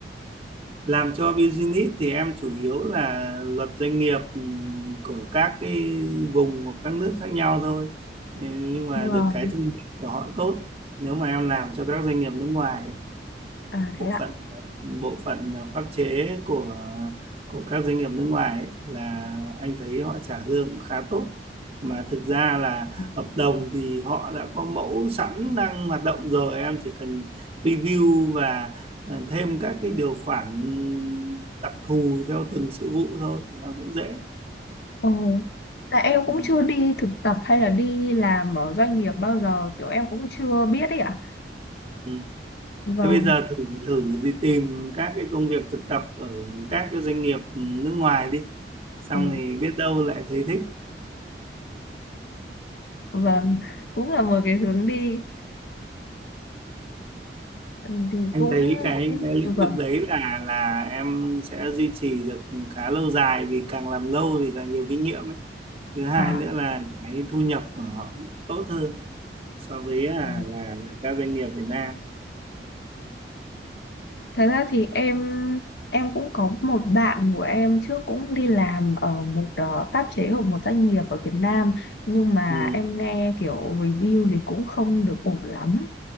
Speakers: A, on the right; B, on the left.
A: Làm cho business thì em chủ yếu là luật doanh nghiệp ừ, của các cái vùng hoặc các nước khác nhau thôi. Ừ, Nhưng mà
B: vâng
A: được cái thu nhập của họ tốt nếu mà em làm cho các doanh nghiệp nước ngoài.
B: à
A: bộ
B: thế ạ
A: phận bộ phận pháp chế của của các doanh nghiệp nước ngoài ấy, là anh thấy họ trả lương cũng khá tốt mà thực ra là
B: Ừ.
A: hợp đồng thì họ đã có mẫu sẵn đang hoạt động rồi em chỉ cần review và ờ, thêm các cái điều khoản đặc thù theo từng sự vụ thôi thì nó cũng dễ
B: ồ tại em cũng
A: ừ.
B: chưa đi thực tập hay là đi làm ở doanh nghiệp bao giờ kiểu em cũng chưa biết ấy ạ
A: Ừ.
B: vâng
A: Thế bây giờ thử thử đi tìm các cái công việc thực tập ở các cái doanh nghiệp nước ngoài đi xong
B: ồ
A: thì biết đâu lại thấy thích
B: vâng cũng là một cái hướng đi Ừ, thì
A: anh
B: cũng
A: thấy cái cái lĩnh
B: vâng
A: vực đấy là là em sẽ duy trì được khá lâu dài vì càng làm lâu thì càng nhiều kinh nghiệm ấy. Thứ hai
B: à
A: nữa là cái thu nhập của họ tốt hơn so với là
B: ừ.
A: là, là các doanh nghiệp Việt Nam
B: Thật ra thì em em cũng có một bạn của em trước cũng đi làm ở một ờ, pháp chế của một doanh nghiệp ở Việt Nam nhưng mà
A: ừ.
B: em nghe kiểu review thì cũng không được ổn lắm